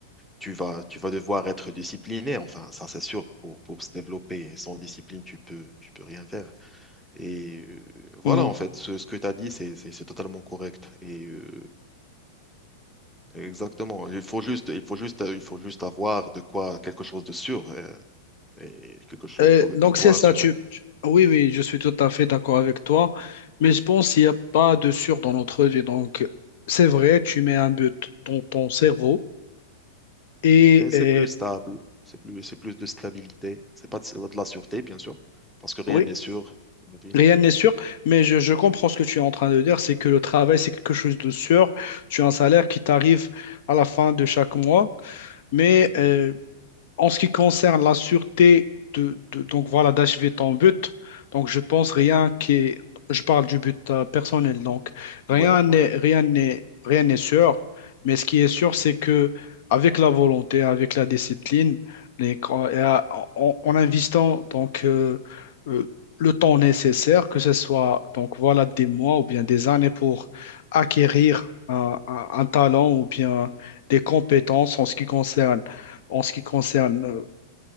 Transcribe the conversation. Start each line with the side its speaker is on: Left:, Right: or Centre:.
Centre: tu vas, tu vas devoir être discipliné, enfin, ça c'est sûr, pour, pour se développer. Sans discipline, tu peux, tu peux rien faire. Et euh, voilà,
Left: Mhm.
Centre: en fait, ce, ce que tu as dit, c'est c'est- c'est totalement correct. Et euh, exactement, il faut juste, il faut juste, il faut juste avoir de quoi, quelque chose de sûr euh, et quelque chose
Left: Euh,
Centre: de,
Left: donc
Centre: de quoi
Left: c'est ça,
Centre: assurer.
Left: tu... Oui, oui, je suis tout à fait d'accord avec toi, mais je pense qu'il n'y a pas de sûr dans notre vie. Donc c'est vrai, tu mets un but dans ton cerveau et,
Centre: Mais c'est
Left: et
Centre: plus stable, c'est plus, c'est plus de stabilité. C'est pas de, de la sûreté, bien sûr, parce que rien
Left: oui,
Centre: n'est sûr aujourd'hui.
Left: rien n'est sûr, mais je, je comprends ce que tu es en train de dire, c'est que le travail, c'est quelque chose de sûr. Tu as un salaire qui t'arrive à la fin de chaque mois, mais euh, En ce qui concerne la sûreté de, de- donc voilà d'achever ton but, donc je pense rien qui est, je parle du but euh, personnel donc rien
Centre: Ouais,
Left: n'est
Centre: ouais,
Left: rien n'est rien n'est sûr, mais ce qui est sûr c'est que avec la volonté, avec la discipline, les- et à- en, en investissant donc euh, euh, le temps nécessaire, que ce soit donc voilà des mois ou bien des années pour acquérir un un- un talent ou bien des compétences en ce qui concerne en ce qui concerne euh,